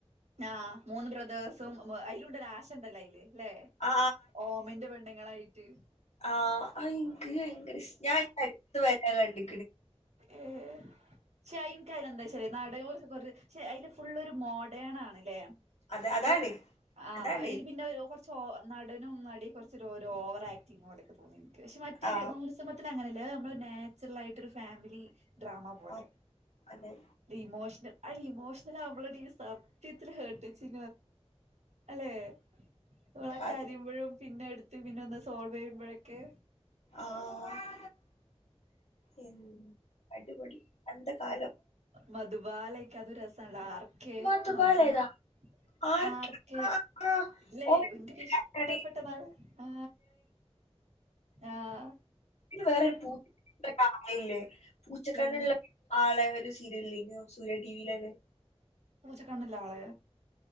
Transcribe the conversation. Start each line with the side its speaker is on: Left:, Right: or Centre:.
Right: ആഹ് മൂന്ന് ബ്രദേേഴ്സും അതിലുണ്ടല്ലേ ആശ ഉണ്ടല്ലോ അയില് അല്ലെ
Left: ആ
Right: ഓമിന്റെ പെണ്ങ്ങളായിട്ട്.
Left: ആഹ് അഹ്ൻക്ഭയങ്കരഷ്ടാഞാൻ ഇപ്പോഅടുത്ത് വരെരാ കണ്ടി
Right: ഏ ചൈൻകർ എന്താ <unintelligible> ച്ച നാടൻ പക്ഷെ അതില് ഫുള് ഒരു മോഡേൺ ആണല്ലേ?
Left: അത്
Right: ഓക്കെ
Left: അതാണ്
Right: ആ
Left: അതാണ്
Right: അയിൽന് പിന്നെകൊർ കു നടനും നടിയ കുറച്ച് ഓരോ ഓവർ ആക്ടിങ്ങും പോലൊക്കെ തന്നി എനി പക്ഷെ മറ്റൊരു
Left: ആ
Right: നൂ ഒരു സമത്തി അങ്ങന അത് ഞമ്മളെ നാ ചെറൽ ആയിട്ട് ഒരു ഫേമിലി ഡ്രാമ പോലെ
Left: ആ അതെ
Right: ഒര് ഇമേഷണൽ അ ഇമോഷണൽ നമ്മളുടെ സത്യത്തിൽ കേട്ടിച്ചി അല്ലെ ഓള് കരയിപ്പളുംപിന്നെ
Left: അതെ
Right: എടുത്ത് പഒന്ന് സോൾവ്‌ യ്യുമ്പല കെ
Left: <inaudible> എ അടിപടി അന്ത കാലം.
Right: മധുബാലക്ക അത് രസല്ല ആർക്കെ
Left: മാത്തുപ്പാലേതാ
Right: മധു -
Left: ആർക്ക്
Right: ആർക്കെ
Left: ആ ആ ആ.
Right: ഇല്ലേ
Left: ഓൻ
Right: എന്റെക്ക് ഇഷ്ടപ്പെട്ട
Left: ആരാണ്?
Right: നാൾ ആ ആഹ
Left: വേറൊരു പൂച്ച ആളല്ലേ പൂച്ചക്കണ്ണുള്ളആളെ
Right: പിന്നെ
Left: സീരിയൽ ലന്നോ സൂര്യ ടി വി ലെല്ല
Right: പൂച്ചക്കണ്ണല്ല ആള്